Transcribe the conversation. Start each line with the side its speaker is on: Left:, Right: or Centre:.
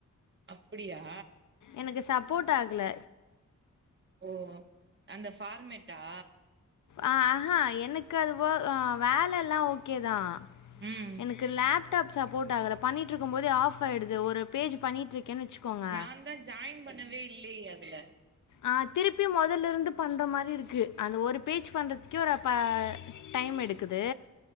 Right: அப்புடியா
Left: எனக்கு சப்போட் ஆகல
Right: ஓ அந்த ஃபார்மேட்டா
Left: அ அஹா எனக்கு அது போ வேல எல்லா ஓக்கே தா
Right: ம்
Left: எனக்கு லேப் சாப் சப்போர்ட் ஆகல பண்ணிட்ருக்கு போதே ஆஃப் ஆய்டுது ஒரு பேஜ் பண்ணிட்டுருக்கேன்னு வச்சுக்கோங்க.
Right: நாந்தா ஜாயின் பண்ணவே இல்லையே அது ப்ரியா
Left: ஆ திருப்பி மொதல்லிருந்து பண்ற மாரி இரு க்கு அந்த ஒரு ஸ்பீச் பண்ணுறதுக்கே ஒரு அப்ப டைம் எடுக் க்குது